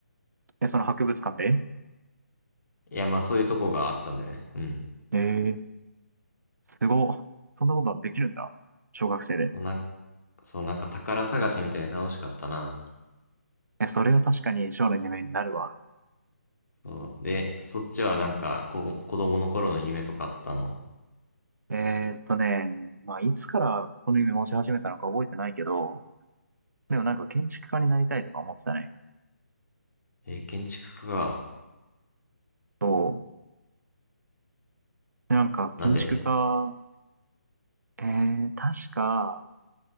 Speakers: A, on the right (about 80°); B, on the left (about 70°).
A: え、その博物館で
B: いや、まあそういうとこがあったんだよね。うん。
A: ええー、すごっ。そんなことできるんだ。小学生で。
B: なん、そう、なんか宝探しみたいで楽しかったな。
A: え、それは確かに将来の夢になるわ。
B: そう。で、そっちはなんか、こ、子供の頃の夢とかあったの。
A: えーっとね、まあ、いつからこの夢持ち始めたのか覚えてないけど、でもなんか建築家になりたいとか思ってたね。
B: えー建築家か。
A: そう。で、なんか建築家、
B: なんで
A: えー、確か、